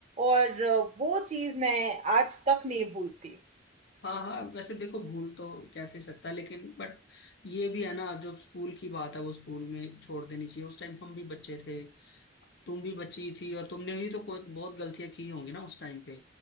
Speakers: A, on the right; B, on the left.
A: और वो चीज़ मैं आज तक नहीं भूलती
B: हाँ हाँ वैसे देखो भूल तो कैसे सकता है लेकिन बट ये भी है ना जो स्कूल की बात है वो स्कूल में छोड़ देनी चाहिए उस टाइम हम भी बच्चे थे तुम भी बच्ची थी और तुमने भी तो कोई बहुत गलतियां की होंगी ना उस टाइम पे